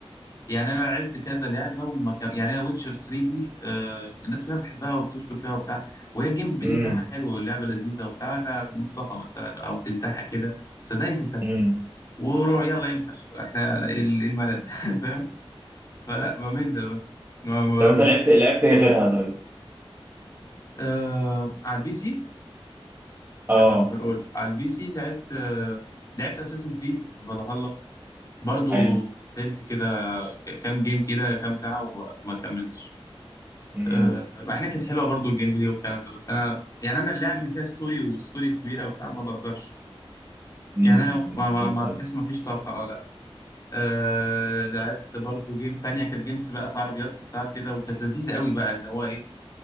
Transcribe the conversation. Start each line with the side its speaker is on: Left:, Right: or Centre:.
Left: يعني انا لعبت كذا لعبه وما كان يعني انا ويتشر 3 دي آه الناس كلها بتحبها وبتشكر فيها وبتاع وهي الجيم بلاي
Right: امم
Left: بتاعها حلو واللعبه لذيذه وبتاع انا نصها مثلا او تلتها كده صدقني تلتها
Right: امم
Left: وروح يلا يمسح احنا ال- الملل <laughs> فاهم فلا بمل مثلا ما ما
Right: طب انت
Left: ما-
Right: لعبت لعبت ايه غيرها طيب
Left: آه على البي سي
Right: اه
Left: ولا اوفر اول على البي سي لعبت آه لعبت اساسن كريد فالهالا برضو
Right: حلو
Left: قلت كده ك- كام جيم كده كام ساعه وما كملتش
Right: امم
Left: آه، مع انها كانت حلوه برضو الجيم بلاي والكلام ده بس انا يعني انا اللعب اللي فيها ستوري وستوري كبيره وبتاع ما بقدرش
Right: امم
Left: يعني انا
Right: أمم،
Left: ما, ما,
Right: فهمت
Left: ما
Right: قصدك.
Left: تحس ما فيش طاقه اه لا أه لعبت برضو جيم تانية كانت جيمس بقى بتاع عربيات وبتاع كده وكانت لذيذه قوي بقى اللي هو ايه